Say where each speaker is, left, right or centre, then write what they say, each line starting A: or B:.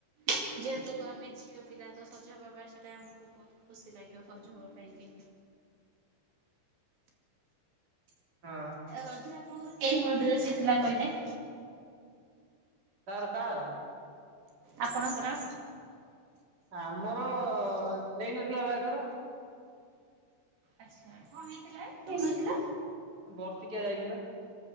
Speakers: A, on the right (about 75°); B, on the right (about 25°).
A: ଯେହେତୁ ଆମେ ଝିଅ ପିଲା ତ ସଜ ହବା ପାଇଁ ସେଇଟା ଆମକୁ ବହୁତ ଖୁସି ଲାଗିିବ ହଜ ହବ ପାଇଁକି।
B: ହଁ।
A: ରଜରେ ଆପଣଙ୍କର କେଇ ହଳ ଡ୍ରେସ ହେଇଥିଲା କହିଲେ?
B: କାର କାର।
A: ଆପଣଙ୍କର।
B: ଆମର ହେଇନଥିଲା ପା ଏଥର।
A: ହଁ କନ୍ ହେଇଥିଲା ହେଇନଥିଲା?
B: ବର୍ତ୍ଷିକଆ ଯାଇନି ବା।